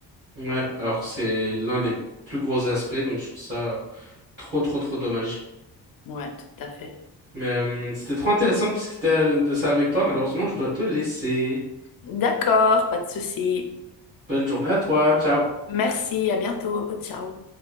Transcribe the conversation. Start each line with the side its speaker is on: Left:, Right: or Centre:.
Right: Ouais, alors que c'est l'un des plus gros aspects, donc je trouve ça. Trop, trop, trop dommage.
Left: Ouais, tout à fait.
Right: Mais euh, c'était trop intéressant de discuter euh, de ça avec toi. Malheureusement, je dois te laisser.
Left: D'accord, pas de souci.
Right: Bonne journée à toi. Ciao.
Left: Merci, à bientôt, ciao.